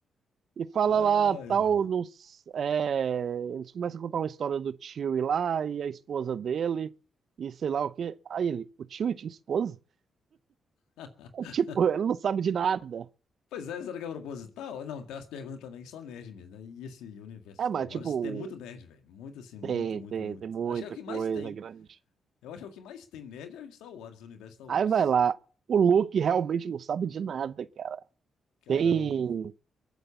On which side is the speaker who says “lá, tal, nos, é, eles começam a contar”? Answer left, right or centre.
Right